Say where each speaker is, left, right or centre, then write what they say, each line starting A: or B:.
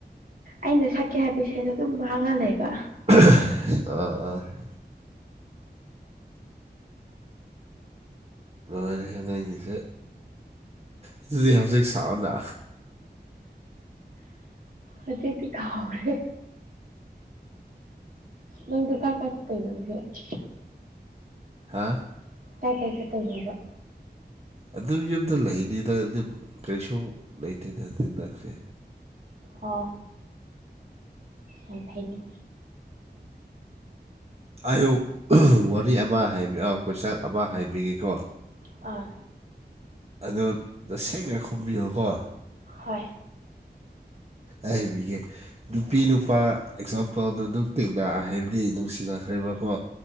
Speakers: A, on the right (about 55°); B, on the right (about 35°).
A: ꯑꯩꯅ ꯁꯛꯀꯦ ꯍꯥꯏꯕ ꯏꯁꯩꯗꯣ ꯑꯗꯨꯝ ꯃꯥꯡꯉ ꯂꯩꯩꯕ
B: <unintelligible> <unintelligible> ꯅꯪꯒꯤꯁꯦ ꯑꯗꯨꯗꯤ ꯍꯧꯖꯤꯛ ꯁꯥꯛꯎꯅ
A: ꯍꯧꯖꯤꯛꯇꯤ ꯀꯥꯎꯔꯦꯍꯦ ꯅꯪꯗꯤ ꯀꯥꯏ ꯀꯥꯏ ꯆꯠꯇꯣꯏꯅꯣ ꯍꯧꯖꯤꯛ
B: ꯍꯥꯥ
A: ꯀꯥꯏ ꯀꯥꯏ ꯆꯠꯇꯣꯏꯅꯣꯕ
B: ꯑꯗꯨꯝ ꯌꯨꯝꯗ ꯂꯩꯅꯤꯗ ꯑꯗꯨꯝ ꯀꯔꯤꯁꯨ ꯂꯩꯇꯦꯗ ꯑꯗꯨꯅꯈ꯭ꯔꯦ
A: ꯑꯥ ꯌꯥꯝ ꯐꯩꯅꯦ
B: ꯑꯌꯨꯛ ꯋꯥꯔꯤ ꯑꯃ ꯍꯥꯏꯕꯤ ꯑ ꯀꯣꯏꯁꯟ ꯑꯃ ꯍꯥꯏꯕꯤꯒꯦꯀꯣ
A: ꯑꯥ
B: ꯑꯗꯨ ꯇꯁꯦꯡꯅ ꯈꯨꯝꯕꯤꯌꯣꯀꯣ
A: ꯍꯣꯏ
B: ꯑꯩ ꯍꯥꯏꯕꯤꯒꯦ ꯅꯨꯄꯤ ꯅꯨꯄꯥ ꯑꯦꯛꯖꯥꯝꯄꯜꯗꯣ ꯑꯗꯨꯝ ꯇꯤꯡꯅ ꯍꯥꯏꯕꯗꯤ ꯅꯨꯡꯁꯤꯅꯈ꯭ꯔꯦꯕꯀꯣ